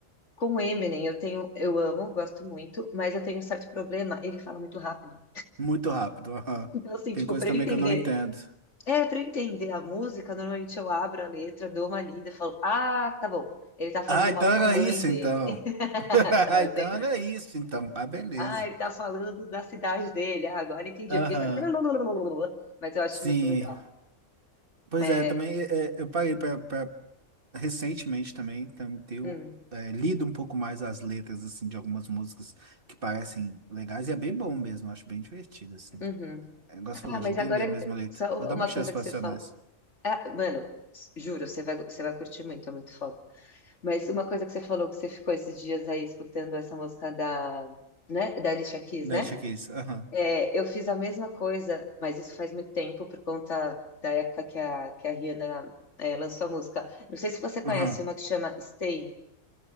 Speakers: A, on the left; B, on the right.
A: Com o Eminem, eu tenho, eu amo, gosto muito, mas eu tenho um certo problema, ele fala muito rápido.
B: Muito rápido. <laughs> aham.
A: Então, assim,
B: Tem
A: tipo,
B: coisa
A: pra
B: também
A: eu entender,
B: que eu não entendo.
A: é, pra eu entender a música, normalmente eu abro a letra, dou uma lida, falo, ah, tá bom, ele tá falando
B: Ah, então
A: mal
B: era
A: da mãe
B: isso
A: dele,
B: então.
A: <laughs>
B: <laughs>
A: sabe
B: Ah, Então
A: assim?
B: era isso então. Ah, beleza.
A: Ah, ele tá falando da cidade dele, ah, agora entendi,
B: Aham.
A: porque ele fala, <laughs> mas eu acho
B: Sim.
A: muito legal.
B: Pois
A: É,
B: é, também é, é, eu parei pra, pra- recentemente também, tam- ter
A: hum,
B: é, lido um pouco mais as letras assim de algumas músicas que parecem legais e é bem bom mesmo, eu acho bem divertido assim.
A: uhum.
B: É, igual
A: Ah,
B: você falou
A: mas
B: de entender
A: agora,
B: mesmo a letra.
A: só
B: Vou dar
A: uma
B: uma chance
A: coisa
B: para
A: que você
B: Racionais.
A: falou. Ah, mano, juro, você vai, você vai curtir muito, é muito foda. Mas uma coisa que você falou que você ficou esses dias aí escutando essa música da, né, da Alicia Keys,
B: Deixa
A: né?
B: que isso. Aham.
A: É, eu fiz a mesma coisa, mas isso faz muito tempo por conta da época que a, que a Rihanna, é, lançou a música. Não sei se você conhece
B: Aham.
A: uma que chama Stay.